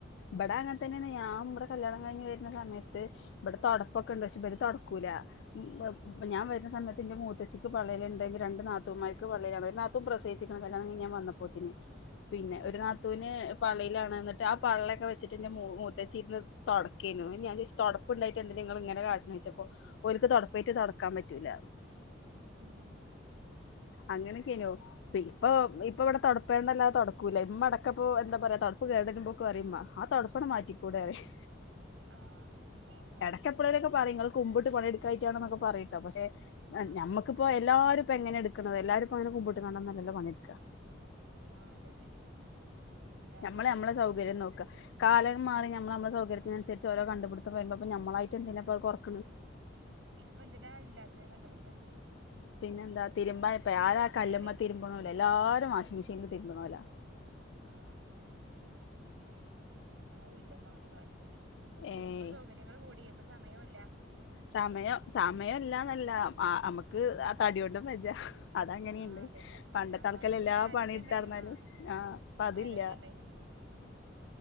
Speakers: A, on the left; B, on the right.
A: ബ്ടെ അങ്ങൻതന്നേണ് ഞാമ്പ്ടെ കല്യാണം കഴിഞ്ഞ് വരുന്ന സമയത്ത് ഇബ്ടെ തൊടപ്പൊക്കെണ്ട് പക്ഷെ ബര് തൊടക്കൂല പ്പ പി ഞാൻ വരന്ന സമയത്തിന്റെ മൂത്തേച്ചിക്ക് പള്ളേല്ണ്ടാര്ന്ന് രണ്ട് നാത്തൂൻമാരിക്ക് പള്ളേലാണ് ഒരു നാത്തും പ്രസേച്ചേക്കണ് കല്യാണങ്കയ്ഞ്ഞ് ഞാൻ വന്നപ്പോത്തേന് പിന്നെ ഒരു നാത്തൂന് പള്ളേലാണ് എന്നിട്ട് ആ പള്ളൊക്കെവെച്ചിട്ട് ൻ്റെ മൂ മൂത്തേച്ചിരുന്ന് തൊടയ്ക്കാരുന്നു. ഞാൻ ചോയ്ച് തൊടപ്പ്ണ്ടായ്ട്ട് എന്തിനാ ഇങ്ങളിങ്ങനെ കാട്ടണേ ചോയ്ച്ചപ്പോ ഓര്ക്ക് തൊടപ്പയിട്ട് തൊടക്കാൻ പറ്റൂലാന്ന്
B: ഊം
A: അങ്ങനൊക്കെ അയ്നു പി ഇപ്പൊ ഇപ്പ ഇവിടെ തടപ്പേണ്ടല്ലാതെ തൊടക്കൂല ഇമ്മ അടക്കപ്പോ എന്താ പറയ്യാ തൊടപ്പ് കേടക്ക്മ്പ്പറയ്ഉമ്മ ആ തൊടപ്പ് ന്ന് മാറ്റിക്കൂടേറയും
B: ആഹ്
A: എടക്കെപ്പഴേലുക്കെ പറയും ഇങ്ങള് കുമ്പിട്ട് പണിയെടു കായ്റ്റാണെന്നൊക്കെ പറയിട്ടാ പശ്ശെ
B: ആ
A: ഞമ്മക്കിപ്പൊ എല്ലാരുപ്പെങ്ങനേടുക് ടുക്കണത് എല്ലാരുംപ്പങ്ങനെ കുമ്പിട്ട് നിന്നോണ്ടൊന്നല്ലല്ലൊപണിയെടുക്കാ
B: ആ അതന്നെ എന്താ
A: ഞമ്മള്
B: അങ്ങനെ ആയാലേ
A: ഞമ്മളെ സൗകര്യം നോക്കാ കാലം മാറി നമ്മളമ്മെളെ സൗകര്യത്തിനുസരിച്ച് ഓരോ കണ്ടപിടുത്തംവരുമ്പോ അപ്പ നമ്മളായിട്ടെന്തിനി കൊറക്കണ്
B: ഇപ്പൊ എന്തിനാ ഇല്ലാത്തത് കണ്ട്പിടി
A: പിന്നെ എന്താ തിരുമ്പാൻ ഇപ്പ ആരാ
B: സൗകര്യമല്ലേ
A: കല്ല്മ്മ തിരുമ്പണോല്ലോ എല്ലാരും വാശി മെഷീനില് തിരുമ്പണോലാ
B: ആ ആരുവില്ലപ്പ അങ്ങനെ കാട്ടണോല്
A: ഏയ്
B: ഇപ്പൊ സൗകര്യങ്ങള് കൂടി ഇപ്പൊ സമയോല്ല
A: സമയം സമയംല്ലാന്നല്ല ആ അമുക്ക് ആ തടിയൊണ്ടും വജ്ജാ അത് ത്ങ്ങനെയുണ്ട്
B: ആ അതന്നെ
A: പണ്ടത്തെ
B: ആ
A: ആള്ക്കലെല്ലാം
B: പണ്ട് പിന്നെ ആരോഗ്യം
A: പണി എടുത്താർന്നാലും
B: ഉണ്ടായിനു ആ
A: ആഹ് പ്പ അതില്ല
B: ആരോഗ്യം ഉണ്ടായിനു ഉം